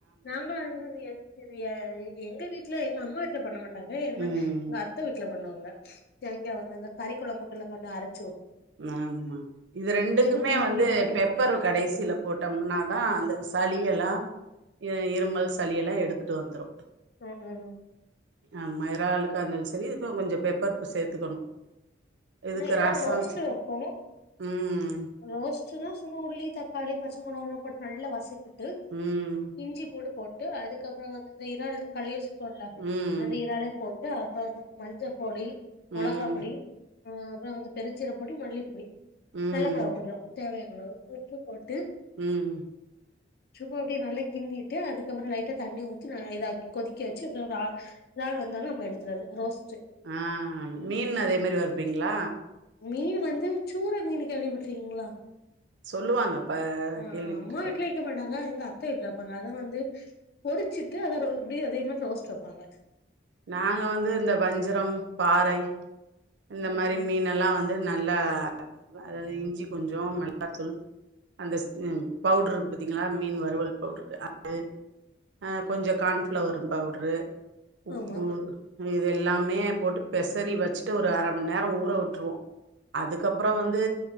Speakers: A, on the left (about 55°); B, on the right (about 75°).
A: நாங்களு <unintelligible> எங்க வீட் இல்ல எங்க அம்மா வீட்ல பண்ண மாட் டாங்க என்ன
B: ம்
A: எங்க அத்த வீட்ல பண்ணுவாங்க க இங்க வந்து அந்த கறி கொழம்பு <unintelligible> கொண்டு அரைப்
B: ஆமா இது ரெண்டுக்குமே
A: வெறு தேங்காவ
B: வந்து
A: மட்டு
B: பெப்பர்
A: போட்டு
B: கடைசில போட்டம்னாதா அந்த ச ளி எல்லா இருமல் சளியெல்லா எடுத்துட்டு வந்துரு
A: ம் ம்
B: ஆமா இறாளுக்கா‌இருந்தாலு செரி இதுக்கு கொஞ்ச பெப்பர் சேத்துக்கணு இதுக்கு
A: ஆஹ் இறால்
B: ரசோ
A: ரோஸ்ட்
B: வச்சு
A: <unintelligible>
B: ம்
A: ரோஸ்ட்னா சும்மா உருளி தக்காளி பச்ச <unintelligible> போட்டு நல்லா வசக்கு போட்டு
B: ம்
A: இஞ்சி பூடு போட்டு அதுக்கப்புறோ வந்து இறால் களிய போட்லா
B: ம்
A: வந்து இறாலு போட் டு <unintelligible> மஞ்சப் பொடி மொளகாப்
B: ம்
A: பொடி ஆ அப்புறோ வந்து பெருஞ்சீர பொடி மல்லிப் பொடி
B: ம்
A: நல்ல பழொ கொஞ்சோ தேவை யான உப்பு போட்டு
B: ம்
A: சும்மா அப்படியே நல்லா கிண்டிட்டு அதுக்கப்புற லைட்டா தண்ணி ஊத்தி ந இதாக்கி கொதிக்க வெச்சு இதுல ஒரு <unintelligible> வந்தாலும் நம்ம எடுத்துறது ரோஸ்
B: ஆ மீன் அதே மாரி வரு ப்பீங்களா
A: மீன் வந்து சூற மீனு கேள்விப்பட்டிருக்கீங்ளா
B: சொல்லுவாங்க
A: ம்
B: ப
A: ம்
B: கேள்விப்பட்டிருக்கே
A: அம்மா வீட்டுல இருக்க மாட்டாங்க அத்தை வீட்டுல வெப்பாங்க அதை வந்து பொடிச்சிட்டு அத எப்படிய அதே மாரி ரோஸ்ட் வைப்பாங்க
B: நாங்க வந்து இந்த வஞ்சரம் பாறை இந்த
A: ம்
B: மாரி
A: ம்
B: மீனலா வந்து நல்லா அதாவது இஞ்சி கொஞ்சோ மெலகாத்தூள் அந்த ம் பவுட்ருக்கு பார்த்தீங்களா மீன் வறுவல் பவுடரு அது ஆ கொஞ்சோ கான்ஃப்ளவர் பவுடரு உப்பு
A: ஆமா
B: எல்லாமே போட்டு பெசறி வச்சு ட்டு ஒரு அர மண் நேரம் ஊற உட்டுருவோம் அதுக்கப்புறம் வந்து